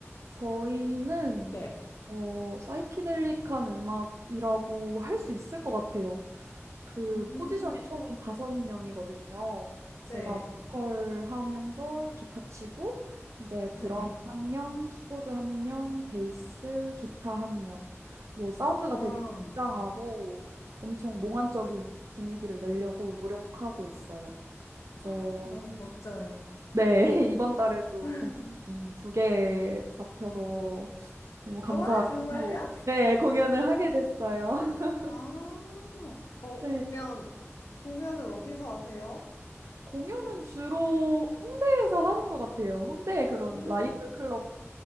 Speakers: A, on the right; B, on the left.
A: 저희는
B: 네.
A: 어, 사이키델릭한 음악이라고 할 수 있을 것 같아요. 그
B: 음,
A: 포지션이 총 다섯 명이거든요. 제가
B: 네.
A: 보컬 하면서 기타 치고, 이제
B: 네.
A: 드럼 한 명, 키보드 한 명, 베이스, 기타 한 명. 그래서 사운드가
B: 와,
A: 되게 웅장하고 엄청 몽환적인 분위기를 내려고 노력하고 있어요. 그래서
B: 헉, 너무 멋져요.
A: 네, <laughs> 이번 달에도
B: <laughs>
A: 공연이 두 개 잡혀서 너무 감사하고,
B: 와, 정말요?
A: 네, 공연을 하게 됐어요. <laughs>
B: 아, 어,
A: 네,
B: 공연, 공연은 어디서 하세요?
A: 공연은 주로 홍대에서 하는 것 같아요. 홍대에 그런
B: 음,
A: 라이브 클럽